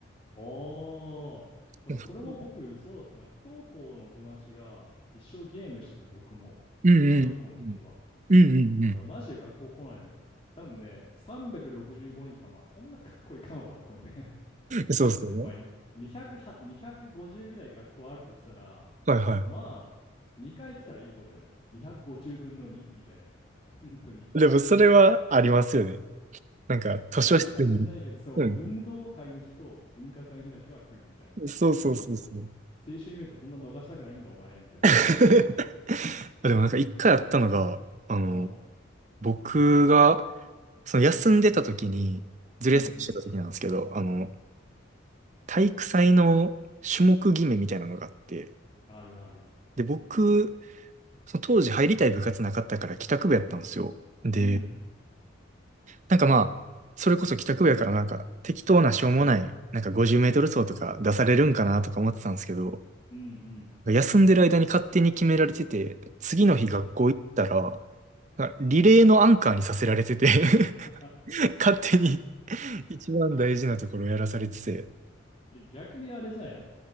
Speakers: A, on the left; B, on the right.
A: ああ。でもそれも僕、
B: うん <laughs>
A: そうだったな。不登校の友達が一生ゲームしてて、僕も。
B: うんうんうん。
A: 中学校の時は。
B: うんうん
A: そうだから、マジで学校来ないのよ。多分ね、365日、あ、まあ、そんな学校いかんわ。<laughs> ごめん。
B: そう
A: <laughs>
B: <laughs> そうね。
A: まあ、200は、250ぐらい学校あるとしたら、
B: はいは
A: まあ、2回来たらいい方だよね。250分の2みたいな。本当に。
B: い。でもそれはありますよね。なんか図書室に。
A: そうなぜか知んないけど、そう、
B: うん。
A: 運動会の日と文化祭の日だけは来るみたいな。
B: そうそうそうそう。
A: おー青春イベントそんな逃したくないんだ、お前、みたいな思ってたけど。
B: <laughs>
A: うん。
B: でもなんか一回あったのが、あの、
A: おう
B: 僕が、その休んでた時に、ずる休みしてた時なんですけど、
A: うんうん。
B: あの、体育祭の種目決めみたいなのがあって、
A: あるある。
B: で、僕、その当時入りたい部活なかったから帰宅部やったんですよ。で、
A: うん。
B: なんかまあ、それこそ帰宅部やからなんか適当なしょうもない、なんか50メートル走とか出されるんかなとか思ってたんですけど、
A: うん
B: 休んでる間に勝手に決められてて、次の日学校行ったら、リレーのアンカーにさせられてて
A: うん。
B: <laughs> 勝手に
A: <laughs>
B: 一番大事なところをやらされてて
A: え逆にあれじゃないの。